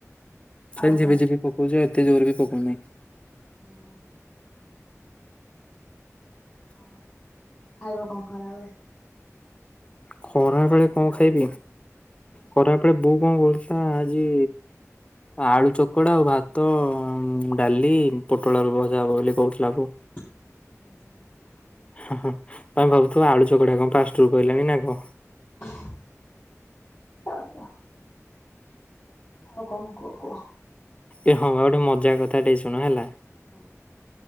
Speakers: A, on the left; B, on the left.
A: ସେମିତି
B: ଆଉ କଣ?
A: ଝିପିଝିପି ପକୋଉଚି ଏତେ ଜୋରେ ବି ପକୋଉନେହିଁ।
B: ହଁ। ଆଉ ଖାଇବ କଣ ଖରାବେଳେ?
A: ଖରାବେଳେ କଣ ଖାଇବି
B: ହଁ
A: ଖରା ଏପଟେ ବୋଉ କଣ କରୁଚି ନା ଆଜି ଆଳୁ ଚକଡା, ଆଉ ଭାତ, ଡାଲି, ପୋଟଳ ଆଳୁ ଭଜା ହବ ବୋଲି କହୁଥିଲା ବୋଉ।
B: <unintelligible>
A: ହଁ ହଁ ତମେ ଭାବୁଥିବ ଆଳୁ ଚକଡା କଣ ପାଷ୍ଟେରୁ କହିଲାଣି ନା କଣ।
B: <inaudible> ଆଉ କଣ କୁହ କୁହ?
A: ଏ ହଁ ଆଉ ଗୋଟେ ମଜା କଥା ଟେ ଶୁଣ ହେଲା।
B: ହଁ